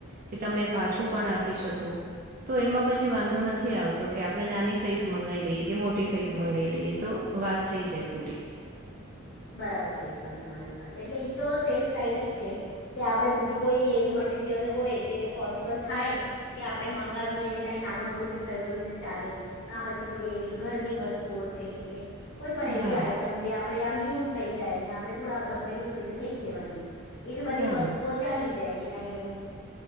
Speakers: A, on the right; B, on the left.
A: કે તમે પાછું પણ આપી શકો. તો એમાં પછી વાંધો નથી આવતો કે આપડે નાની સાઈઝ મંગાવી લઈએ. કે મોટી સાઈઝ મંગાવાઈ લઈએ તો વાત થઈ જાય પૂરી.
B: બરાબર છે એકદમ તમારી વાત એટલે ઈ તો સેફ સાઈડ જ છે કે આપડે બીજી કોઈ એવી મટ મટિરિયલ હોય જે પોસિબલ થાય કે આપણે મંગાવીએને કાંઈ નાનું મોટું બી થઈ ગયું ને ચાલે. કા પછી કોઈ એવી ઘરની વસ્તુઓ છે કે કોઈ પણ
A: હા,
B: એવી આઈટમ જે આપણે આમ યુઝ થઈ જાય ને આપણે થોડા વખતમાં યુઝ કરીને ફેંકી દેવાની હોય. એવી બધી
A: હા.
B: વસ્તુઓ ચાલી જાય કે થાય એવું